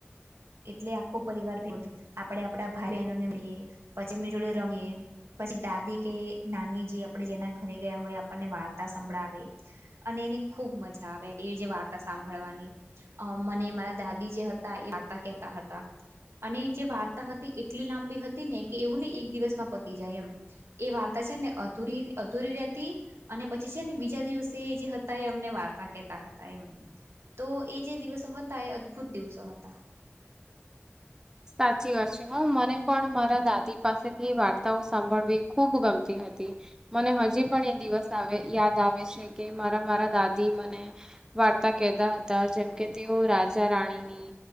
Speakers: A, on the right; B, on the right.
A: એટલે આખો પરિવાર ભી આપડે આપડા ભાઈ બહેનોને મળીએ પછી એમની જોડે રમીએ પછી દાદી કે નાની જે આપણે જેના ઘરે ગયા હોય આપણને વાર્તા સંભળાવે અને એની ખુબ મજા આવે એ જે વાર્તા સાંભળવાની અ મને મારા દાદી જે હતા તે વાર્તા કહેતા હતા અને જે વાર્તા હતી એટલી લાંબી હતી ને કે એવું નહી એક દિવસમાં પતી જાય એમ એ વાર્તા ને અધૂરી અધુરી રહેતી અને પછી છે ને બીજા દિવસે જે હતા એ અમને વાર્તા કેતા એમ તો એ જે દિવસો હતા એ અદભુત દિવસો હતા <inaudible>
B: સાચી વાત છે હું મને પણ મારા દાદી પાસેથી વાર્તાઓ સાંભળવી ખુબ ગમતી હતી હતી મને હજી પણ એ દિવસ આવે યાદ આવે છે કે મારા મારા દાદી મને વાર્તા કહેતા હતા જેમકે તેઓ રાજા રાણીની